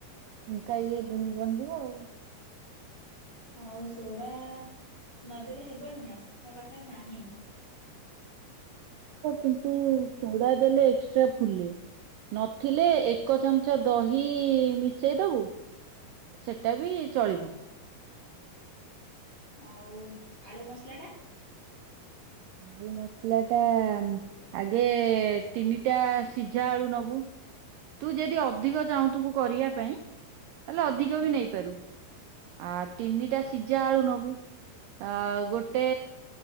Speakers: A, on the right; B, on the left.
A: ଏକା ଇଏ <inaudible> ଆଉ
B: ଆଉ ସୋଡ଼ା ନଦେଲେ ହେବନି ନା ମୋ ପାଖରେ ନାହିଁ।
A: କିନ୍ତୁ ସୋଡା ଦେଲେ ଏକ୍ସଟ୍ରା ଫୁଲେ। ନଥିଲେ ଏକ ଚାମଚ ଦହି ମିଶେଇଦବୁ ସେଟା ବି ଚଳିବ।
B: ଆଉ ଆଳୁ ମସଲା ଟା?
A: ଦୁ ମସଲା ଟା ଆଗେ ତିନିଟା ସିଝା ଆଳୁ ନବୁ। ତୁ ଯଦି ଅଧିକ ଚାହୁଁଥୁବୁ କରିବା ପାଇଁ ତାହେଲେ ଅଧିକ
B: ହଁ
A: ବି ନେଇପାରିବୁ। ଆ ତିନିଟା ସିଝା ଆଳୁ ନବୁ ଆ ଗୋଟେ